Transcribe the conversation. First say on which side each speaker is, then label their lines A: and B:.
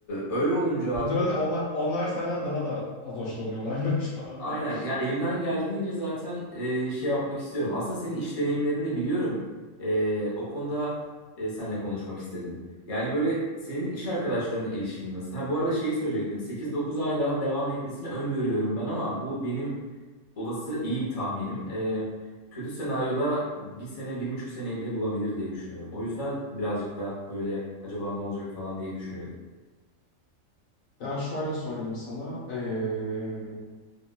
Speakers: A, on the left; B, on the left.
A: öyle olunca
B: <laughs> Muhtemelen
A: abi
B: onlar, onlar senden daha da az hoşlanıyorlardır <laughs> şu anda.
A: Aynen ya elimden geldiğince zaten e, şey yapmak istiyorum. Aslında senin iş deneyimlerini de biliyorum. E, o konuda e, seninle konuşmak istedim. Yani böyle senin iş arkadaşlarına ilişkin nasıl? Ha, bu arada şeyi söyleyecektim. 8-9 ay daha devam etmesini öngörüyorum ben ama bu benim olası iyi bir tahminim. E, kötü senaryoda bir sene, bir buçuk seneyi bile bulabilir diye düşünüyorum. O yüzden birazcık da böyle acaba ne olacak falan diye düşünüyorum.
B: Ya şöyle söyleyeyim sana, eee,